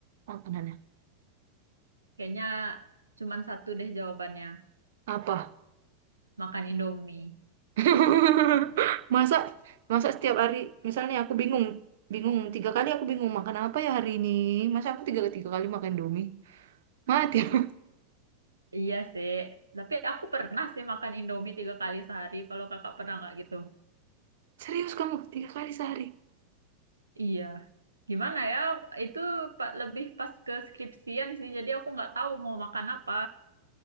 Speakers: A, on the right; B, on the right.
A: makanannya
B: Kayaknya cuman satu deh jawabannya,
A: apa
B: makan Indomie.
A: <laughs> masa masa setiap hari misalnya aku bingung bingung tiga kali aku bingung makan apa ya hari ini masa aku tiga tiga kali makan Indomie mati aku.
B: Iya sih, tapi aku pernah sih makan Indomie tiga kali sehari. Kalau kakak pernah nggak gitu?
A: <laughs> serius kamu tiga kali sehari
B: Iya. Gimana ya? Itu pa- lebih pas ke skripsian sih. Jadi aku nggak tahu mau makan apa.